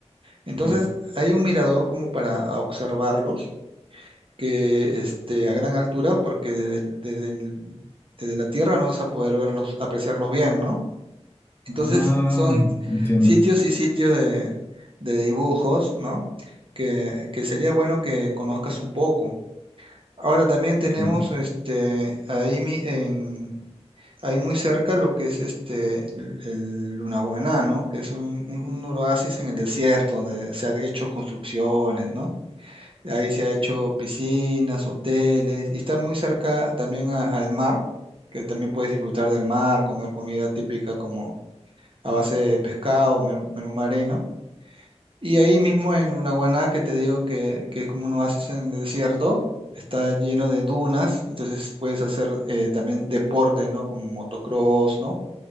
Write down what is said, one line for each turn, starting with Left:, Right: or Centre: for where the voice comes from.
Right: Entonces,
Left: ok.
Right: hay un mirador como para observarlos que este, a gran altura, porque desde, el- desde el- desde la tierra no vas a poder verlos, apreciarlos bien, ¿no? Entonces
Left: Ah,
Right: son
Left: entiendo.
Right: sitios y sitios de, de dibujos, ¿no? Que, que sería bueno que conozcas un poco. Ahora también tenemos
Left: ok,
Right: este, ahí, mi- en, ahí muy cerca lo que es este, el, el Lunahuaná, ¿no? Que es un, un un oasis en el desierto donde se han hecho construcciones, ¿no? Ahí se ha hecho piscinas, hoteles, y está muy cerca también a- al mar, que también puedes disfrutar del mar, comer comida típica como a base de pescado, menú, menú marino. Y ahí mismo en Lunahuaná, que te digo que, que es como un oasis en el desierto, está lleno de dunas, entonces puedes hacer eh, también deportes, ¿no? Como motocross, ¿no?